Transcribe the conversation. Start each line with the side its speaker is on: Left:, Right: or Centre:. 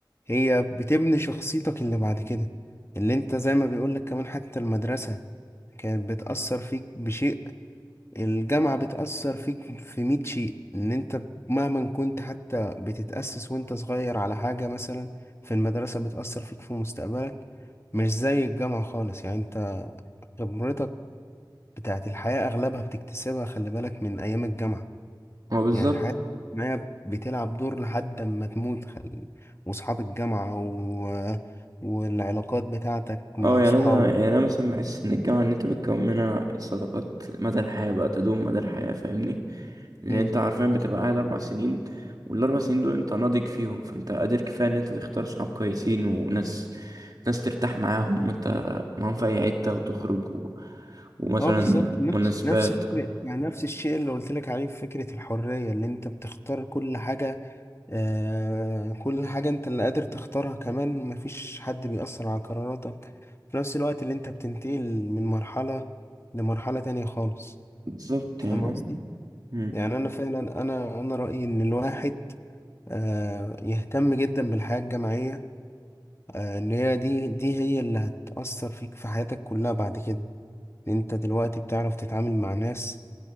Left: هي بتبني شخصيتك اللي بعد كده اللي انت زي ما بيقولك كمان حتى المدرسة كانت بتأثر فيك بشيء الجامعة بتأثر فيك في مية شيء ان انت مهما كنت حتى بتتأسس وانت صغير على حاجة مثلا في المدرسة بتأثر فيك في مستقبلك مش زي الجامعة خالص يعني انت خبرتك بتاعت الحياة أغلبها بتكتسبها خلي بالك من أيام الجامعة
Right: هو بالظبط
Left: يعني حياتك معايا بتلعب دور لحد ما تموت خل... وصحاب الجامعة و... والعلاقات بتاعتك
Right: اه
Left: مع
Right: يعني
Left: صحابك
Right: انا يعني انا مثلا بحس ان الجامعة ان انت بتكون منها صداقات مدى الحياة بقى تدوم مدى الحياة فاهمني لان
Left: امم
Right: انت عارفيا بتبقى قاعد اربع سنين والاربع سنين دول انت ناضج فيهم فانت قادر كفاية ان انت تختار صحاب كويسين وناس ناس ترتاح معاهم وانت معاهم في اي حتة وتخرج و... ومثلا
Left: اه بالظبط نفس
Right: مناسبات
Left: نفس فكرة يعني نفس الشيء اللي قلت لك عليه في فكرة الحرية اللي انت بتختار كل حاجة آه كل حاجة انت اللي قادر تختارها كمان مفيش حد بيأثر على قراراتك في نفس الوقت اللي انت بتنتقل من مرحلة لمرحلة تانية خالص
Right: بالظبط
Left: فاهم
Right: يعني
Left: قصدي؟
Right: مم.
Left: يعني انا فعلا انا انا رأيي ان الواحد آه، يهتم جدا بالحياة الجماعية آه، ان هي دي دي هي اللي هتأثر فيك في حياتك كلها بعد كده إن انت دلوقتي بتعرف تتعامل مع ناس